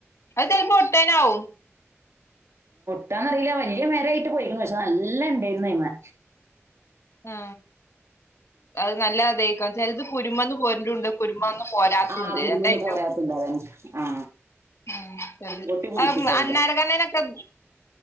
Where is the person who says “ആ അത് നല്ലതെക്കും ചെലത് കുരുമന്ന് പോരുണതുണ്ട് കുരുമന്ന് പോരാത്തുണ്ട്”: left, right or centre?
Left